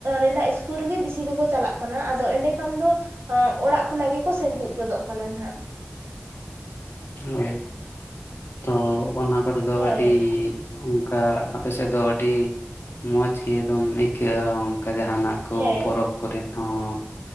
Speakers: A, on the right (about 70°); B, on the left (about 65°).
A: ᱨᱮᱱᱟᱜ ᱤᱥᱠᱩᱞ ᱨᱮᱜᱮ ᱵᱮᱥᱤ ᱫᱚᱠᱚ ᱪᱟᱞᱟᱜ ᱠᱟᱱᱟ ᱟᱫᱚ ᱮᱸᱰᱮ ᱠᱷᱟᱱ ᱫᱚ ᱟᱸ ᱚᱲᱟᱜ ᱠᱷᱚᱱᱟᱜ ᱜᱮᱠᱚ ᱥᱮᱱ ᱦᱮᱡ ᱜᱚᱫᱚᱜ ᱠᱟᱱᱟ ᱱᱟᱜ᱾
B: ᱦᱳᱭ ᱛᱚ ᱚᱱᱟ ᱠᱚᱨᱮ ᱫᱚ
A: ᱦᱮᱸ
B: ᱟᱹᱰᱤ ᱚᱱᱠᱟ ᱟᱯᱮ ᱥᱮᱫ ᱫᱚ ᱟᱹᱰᱤ ᱢᱚᱸᱡᱽ ᱜᱮ ᱮᱠᱫᱚᱢ ᱟᱹᱭᱠᱟᱹᱜᱼᱟ ᱚᱱᱠᱟ ᱡᱟᱦᱟᱱᱟᱜ ᱠᱚ
A: ᱦᱮᱸ
B: ᱯᱚᱨᱚᱵᱽ ᱠᱚᱨᱮ ᱦᱚᱸ